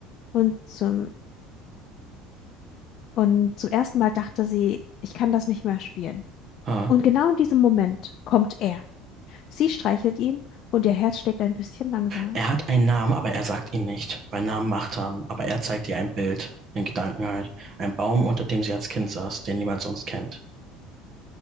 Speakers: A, on the left; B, on the right.
A: und zum, und zum ersten Mal dachte sie, ich kann das nicht mehr spielen.
B: Ah.
A: Und genau in diesem Moment kommt er. Sie streichelt ihn und ihr Herz schlägt ein bisschen langsamer.
B: Er hat einen Namen, aber er sagt ihn nicht, weil Namen Macht haben. Aber er zeigt ihr ein Bild, in Gedanken halt. Ein Baum, unter dem sie als Kind saß, den niemand sonst kennt.